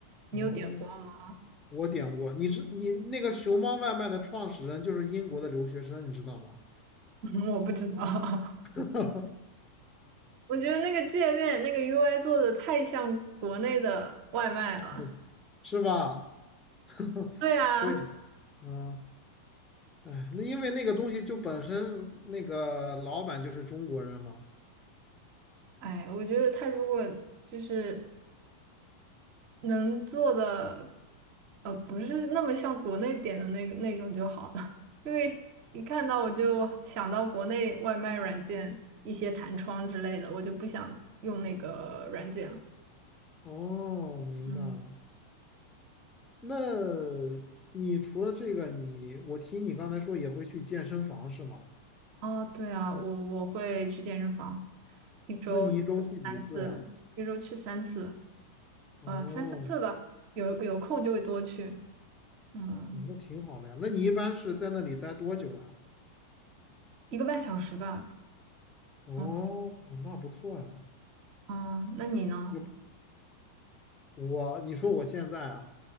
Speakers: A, on the right; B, on the left.
A: 你有点过吗？
B: 哦，我点过。你知你那个熊猫外卖的创始人就是英国的留学生，你知道吗？
A: <laughs> 嗯我不知道，<laughs>
B: <laughs>
A: 我觉得那个界面那个 UI 做的太像国内的外卖了。
B: 那是吧？<laughs>
A: 对啊，
B: 对，嗯，哎，那因为那个东西就本身那个老板就是中国人嘛。
A: 哎，我觉得他如果就是能做的，呃，不是那么像国内点的那个那种就好了，<laughs> 因为一看到我就想到国内外卖软件一些弹窗之类的，我就不想用那个软件了。
B: 哦，明白了。
A: 嗯，
B: 那你除了这个，你我听你刚才说也会去健身房是吗？
A: 哦，对啊，我我会去健身房，一周
B: 那你一周去几次呀？
A: 三次，一周去三次，
B: 哦，
A: 呃，三四次吧，有有空就会多去，嗯，
B: 哦那挺好的呀。那你一般是在那里待多久啊？
A: 一个半小时吧，
B: 哦，
A: 嗯
B: 那不错呀。
A: 嗯，那你呢？
B: 我我，你说我现在啊，